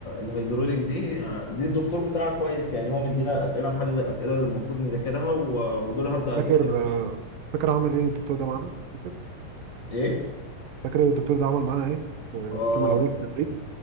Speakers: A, on the left; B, on the right.
A: الهيدروليك دي آه، دي الدكتور بتاعها كويس يعني هو مدينا اسئله محدد الاسئله اللي المفروض نذاكرها و- ودول هبدا
B: فاكر
A: اذاكرهم
B: آه، فاكر عمل ايه الدكتور ده معانا فاكر
A: ايه
B: فاكر الدكتور ده عمل معانا ايه في
A: اه
B: في الترم الاولاني في التدريب